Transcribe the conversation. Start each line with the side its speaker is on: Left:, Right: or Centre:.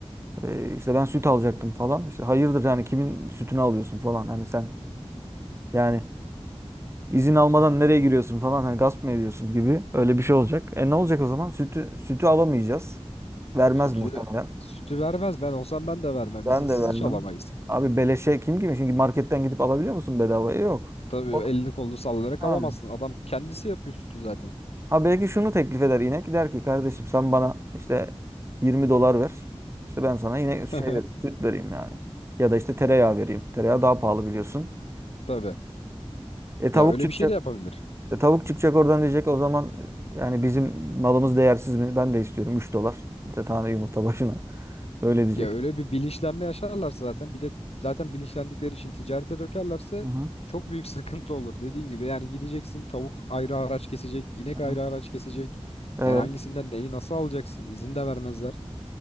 Right: Ee, işte ben süt alacaktım falan. İşte hayırdır yani kimin sütünü alıyorsun falan. Hani sen yani izin almadan nereye giriyorsun falan. Hani gasp mı ediyorsun gibi öyle bir şey olacak. E ne olacak o zaman? Sütü, sütü alamayacağız. Vermez
Left: Sütü
Right: muhtemelen.
Left: sütü vermez. Ben olsam ben de vermem.
Right: Ben
Left: İzinsiz
Right: de vermem.
Left: hiç alamayız.
Right: Abi beleşe kim gibi? Çünkü marketten gidip alabiliyor musun bedavaya? Yok.
Left: Tabii
Right: O-
Left: elini kolunu sallayarak
Right: Ha.
Left: alamazsın. Adam kendisi yapıyor sütü zaten.
Right: Ha belki şunu teklif eder inek. Der ki kardeşim sen bana işte 20 dolar ver. İşte ben sana yine
Left: <laughs>
Right: şey vereyim, süt vereyim yani. Ya da işte tereyağı vereyim. Tereyağı daha pahalı biliyorsun.
Left: Tabii.
Right: E tavuk
Left: Ya öyle
Right: çıkacak.
Left: bir şey de yapabilir.
Right: E tavuk çıkacak oradan diyecek o zaman yani bizim malımız değersiz mi? Ben de istiyorum 3 dolar. İşte tane yumurta başına. <laughs> Öyle diyecek.
Left: Ya öyle bir bilinçlenme yaşarlarsa zaten bir de zaten bilinçlendikleri için ticarete dökerlerse
Right: Hı hı.
Left: çok büyük <laughs> sıkıntı olur. Dediğin gibi yani gideceksin tavuk ayrı araç kesecek, inek
Right: hı
Left: ayrı
Right: hı.
Left: araç kesecek.
Right: Evet.
Left: Yani hangisinden neyi nasıl alacaksın? İzin de vermezler.